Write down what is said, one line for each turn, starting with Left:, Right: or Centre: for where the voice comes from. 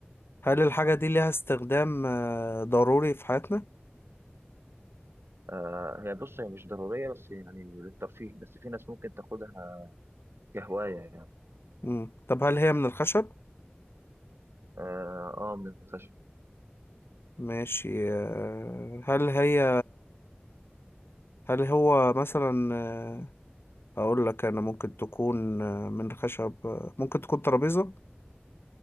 Left: هل الحاجة دي ليها استخدام آه، ضروري في حياتنا
Right: آه هي بص هي مش ضرورية بس يعني للترفيه بس في ناس ممكن تاخدها كهواية يعني
Left: مم. طب هل هي من الخشب
Right: آه, آه من الخشب
Left: ماشي آه، هل هي هل هو مثلا آه، هقول لك انا ممكن تكون آه، من خشب آه، ممكن تكون ترابيزة